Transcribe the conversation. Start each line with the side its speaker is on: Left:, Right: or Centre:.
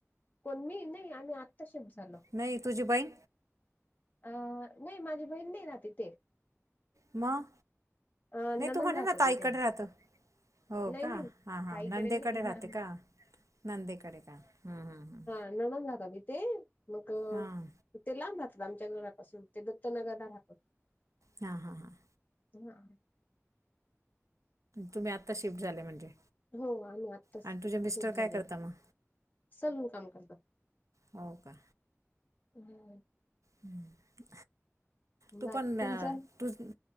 Left: कोण मी नाही आम्ही आत्ता शिफ्ट झालो‌.
Right: नाही तुझी बहीण.
Left: अं नाही माझी बहीण नाही राहत इथे.
Right: मग?
Left: अ
Right: नाही
Left: ननंद
Right: तू म्हणे
Left: राहतात
Right: ना ताईकडे
Left: तिथे
Right: राहतो. हो
Left: नाही
Right: का
Left: नाही
Right: हा हा
Left: ताईकडे
Right: नंदेकडे
Left: मी
Right: राहते
Left: हा
Right: का? नंदेकडे का हम्म हम्म हम्म.
Left: नंनद राहतात इथे, मग
Right: हां
Left: ते लांब राहतात आमच्या घरापासून ते दत्तनगरला राहतात.
Right: हा हा हा
Left: <inaudible>
Right: तुम्ही आता शिफ्ट झाले म्हणजे.
Left: हो आम्ही आत्ताच
Right: आणि तुझे मिस्टर
Left: शीफ्ट
Right: काय
Left: झाले.
Right: करता मग
Left: सलून काम करतात
Right: हो का
Left: ह.
Right: हम ह तू
Left: बाकी
Right: पण
Left: तुमचं
Right: ना. तुज